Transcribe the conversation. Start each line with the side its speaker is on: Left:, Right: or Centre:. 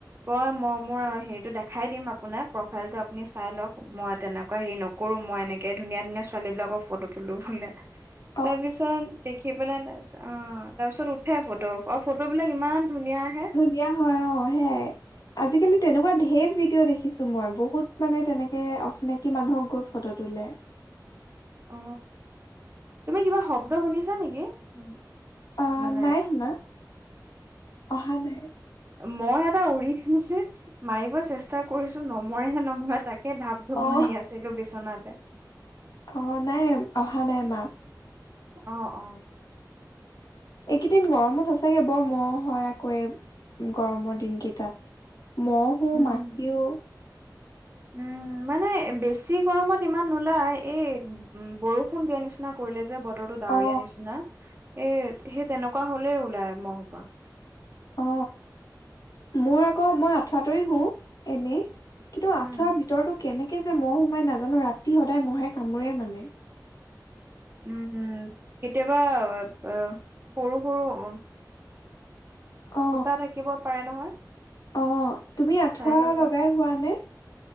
Right: কয় মই মোৰ আৰু সেইটো দেখাই দিম আপোনাক প্ৰফাইলটো আপুনি চাই লওক মই তেনেকুৱা হেৰি নকৰোঁ মই এনেকে ধুনীয়া ধুনীয়া ছোৱালীবিলাকক ফটো তোলো ভোলে
Left: <inaudible>
Right: তাৰপিছত দেখি পেলাই তাৰপিছত অ তাৰপিছত উঠে ফটো আৰু ফটোবিলাক ইমান ধুনীয়া আহে
Left: ধুনীয়া হয় অ হেয়াই আজিকালি তেনেকুৱা ঢেৰ ভিডিঅ' দেখিছোঁ মই বহুত মানে তেনেকে অচিনাকি মানুহক গৈ ফটো তুলে
Right: অ তুমি কিবা শব্দ শুনিছা নেকি? উম
Left: অ
Right: মানে
Left: নাই শুনা, অহা নাই।
Right: মহ এটা উৰি ফুৰিছে মাৰিব চেষ্টা কৰিছো নমৰেহে নমৰে তাক কে ধাপ ধুপ
Left: অ
Right: মাৰি আছিলো বিচনাতে
Left: অ নাই অহা নাই মাত
Right: অ অ
Left: এইকেইদিন গৰমত সচাঁকে বৰ মহ হয় আকৌ এই গৰমৰ দিনকেইটাত মহো,
Right: উম,
Left: মাখিও
Right: উম মানে বেছি গৰমত ইমান নোলাই এই উম বৰষুণ দিয়া নিচিনা কৰিলে যে ব তৰটো ডাৱৰীয়া
Left: অ
Right: নিচিনা এ সেই তেনেকুৱা হ'লেই ওলাই মহখোপা
Left: অ মোৰ আক মই আঠুৱা তৰি শু এনেই কিন্তু আঠুৱা
Right: উম,
Left: ভিতৰতো কেনেক কে যে মহ সোমাই নাজানো ৰাতি সদায় মহে কামোৰেই মানে
Right: উম কেতিয়াবা সৰু সৰু উম
Left: অ
Right: ফুটা থাকিব পাৰে নহয়
Left: অ তুমি আঠুৱা
Right: চাই ল'বা।
Left: লগাই শুৱা নে?